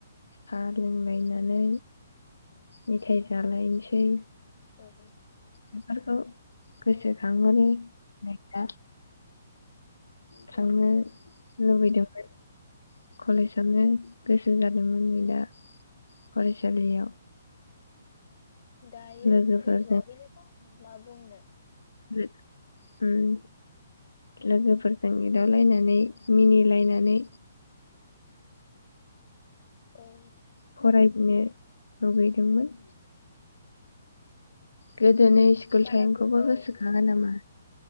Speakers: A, on the left; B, on the left.
A: साहा लोंलायनानै मेथाइ जालायसै
B: <unintelligible>
A: बेफोरखौ गोसोखाङो
B: औ
A: <unintelligible> थांनो
B: औ
A: लुबैदोंमोन कलेजावनो गोसो जादोंमोन नै दा फरायसालियाव
B: दायो
A: लोगोफोरजों
B: खुलिथ'वाखैनोबा मा बुंनो
A: लोगो ओम लोगोफोरजों एदावलायनानै मिनिलायनानै
B: औ
A: फराय नो लुबैदोंमोन गो दोनि स्कुल
B: बारा
A: टाइमखौबो
B: गोबाव
A: गोसोखाङो नामा